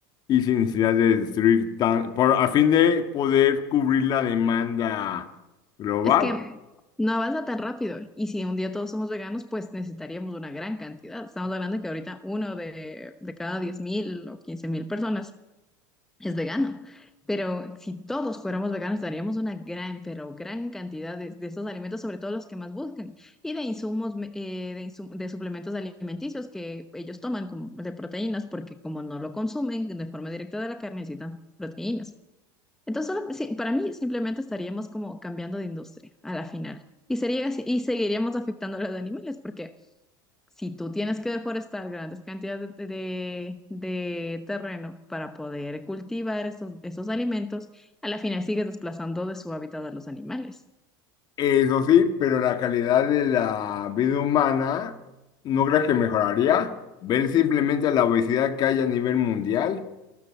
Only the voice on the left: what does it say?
y sin necesidad de destruir tan, por, a fin de poder cubrir la demanda global.
Eso sí, pero la calidad de la vida humana no creo que mejoraría. Ver simplemente la obesidad que hay a nivel mundial.